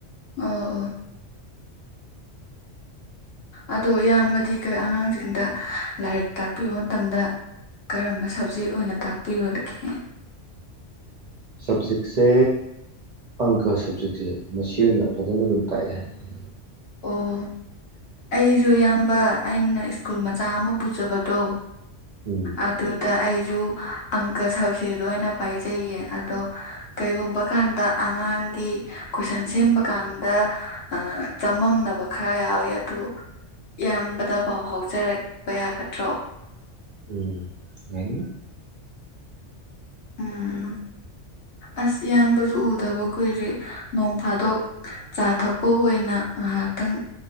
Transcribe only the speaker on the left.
ꯑꯣ-ꯑꯣ ꯑꯗꯣ ꯏꯌꯥꯝꯕꯗꯤ ꯀꯩ ꯑꯉꯥꯡꯁꯤꯡꯗ ꯂꯥꯏꯔꯤꯛ ꯇꯥꯛꯄꯤꯕ ꯃꯇꯝꯗ ꯀꯔꯝꯕ ꯁ꯭ꯕꯖꯦꯛ ꯑꯣꯏꯅ ꯇꯥꯛꯄꯤꯕꯗꯒꯦ
ꯑꯣ ꯑꯩꯖꯨ ꯏꯌꯥꯝꯕ ꯑꯩꯅ ꯁ꯭ꯀꯨꯜ ꯃꯆꯥ ꯑꯃ ꯄꯨꯖꯕꯗꯣ
ꯑꯗꯨꯗ ꯑꯩꯖꯨ ꯑꯪꯀ ꯁꯞꯖꯦꯗ‌ꯣ ꯑꯩꯅ ꯄꯥꯏꯖꯩꯌꯦ ꯑꯗꯣ ꯀꯩꯒꯨꯝꯕ ꯀꯥꯟꯗ ꯑꯉꯥꯡꯒꯤ ꯀꯣꯏꯁꯟ ꯁꯦꯝꯕ ꯀꯥꯟꯗ ꯆꯃꯝꯅꯕ ꯈꯔ ꯌꯥꯎꯋꯤ ꯑꯗꯨ ꯏꯌꯥꯝꯕꯗ ꯄꯥꯎ ꯐꯥꯎꯖꯔꯛꯄ ꯌꯥꯒꯗ꯭ꯔꯣ
ꯎꯝ ꯑꯁ ꯏꯌꯥꯝꯕꯁꯨ ꯎꯗꯕ ꯀꯨꯏꯔꯦ ꯅꯣꯡ ꯐꯥꯗꯣꯛ ꯆꯥ ꯊꯛꯄ ꯑꯣꯏꯅ ꯉꯥꯏꯍꯥꯛꯇꯪ